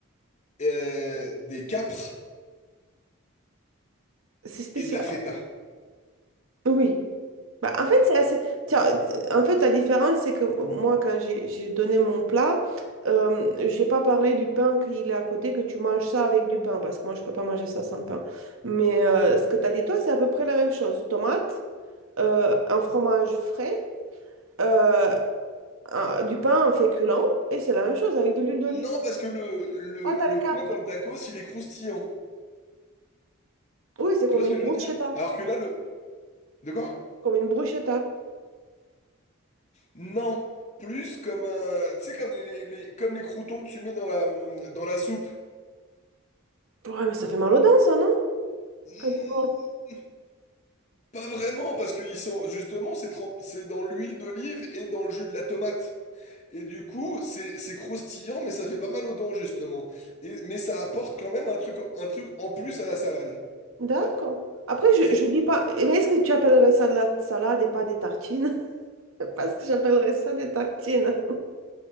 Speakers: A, on the left (about 35°); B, on the right (about 80°).
A: Euh, des capres
B: c'est spécial.
A: et de la feta.
B: Oui. Bah, en fait, c'est assez... tiens, en fait, la différence, c'est que moi, quand j'ai j'ai donné mon plat, euh, j'ai pas parlé du pain qu'il est à côté, que tu manges ça avec du pain, parce que moi, je peux pas manger ça sans pain. Mais euh, ce que tu as dit, toi, c'est à peu près la même chose. Tomate, euh, un fromage frais, euh, un- du pain en féculent, et c'est la même chose avec de l'huile d'olive.
A: Non, parce que le, le,
B: Ah, t'as
A: le
B: les capres.
A: pain dans le tacos, il est croustillant.
B: Oui, c'est
A: Tu
B: comme
A: vois
B: une
A: ce que
B: bruschetta.
A: je veux dire? Alors que là, le, De quoi?
B: Comme une bruschetta.
A: Non, plus comme un, tu sais comme les, les- comme les croutons que tu mets dans la hum, dans la soupe.
B: Ouais, mais ça fait mal aux dents, ça, non?
A: Hmm,
B: Quand tu manges.
A: Pas vraiment parce qu'ils sont justement c'est trem- c'est dans l'huile d'olive et dans le jus de la tomate. Et du coup, c'est c'est croustillant mais ça fait pas mal aux dents justement. Et mais ça apporte quand même un truc un truc en plus à la salade.
B: D'accord. Après, je,
A: Et
B: je dis pas. eh bien, Est-ce que tu appellerais ça de la salade et pas des tartines? <laughs> Parce que j'appellerais ça des tartines.